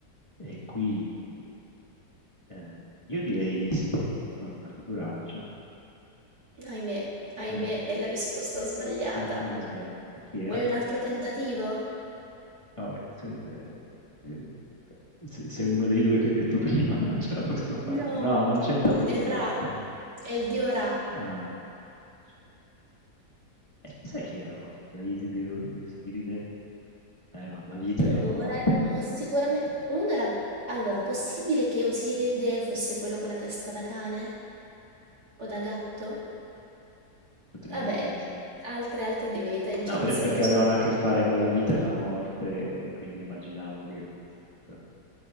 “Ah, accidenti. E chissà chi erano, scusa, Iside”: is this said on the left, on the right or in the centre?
Left